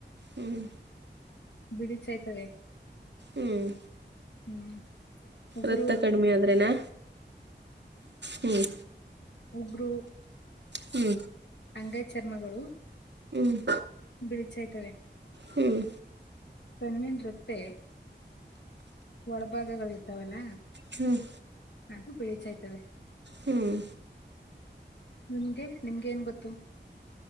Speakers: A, on the right (about 70°); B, on the left (about 65°).
A: ಹ್ಮ್
B: ಬಿಡಿ ಚೈ ತವೇ
A: ಹ್ಮ್
B: ಹ್ಮ್ ಉಗುರು
A: ರಕ್ತ ಕಡಿಮೆ ಆದ್ರೆನಾ ಹ್ಮ್
B: ಒಬ್ರು
A: ಹ್ಮ್
B: ಅಂಗೈ ಚರ್ಮಗಳು
A: ಹ್ಮ್
B: ಬಿಳಿಚಾಯ್ತವೇ.
A: ಹ್ಮ್
B: ಕಣ್ಣಿನ್ ರೆಪ್ಪೆ ಒಳ್ ಭಾಗಗಳ್ ಇರ್ತಾವಲ್ಲ,
A: ಹ್ಮ್ ಹ್ಮ್
B: ಅದು ಬಿಳೀಚಾಯ್ತವೆ.
A: ಹ್ಮ್
B: ನಿಮ್ಗೆ ನಿಮ್ಗೆ ಏನ್ ಗೊತ್ತು.